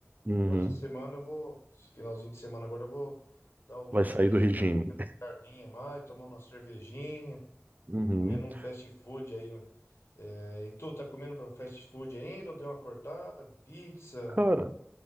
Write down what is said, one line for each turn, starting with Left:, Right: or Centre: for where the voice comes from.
Right: Uhum.
Left: Agora essa semana eu vou, esse finalzinho de semana agora eu vou dar o luxo
Right: Vai sair
Left: aí
Right: do
Left: de
Right: regime.
Left: estar carninha mais, tomando uma cervejinha,
Right: Uhum.
Left: comendo um fast food aí. É, e tu, tá comendo pra fast food ainda ou deu uma cortada? Pizza,
Right: Cara,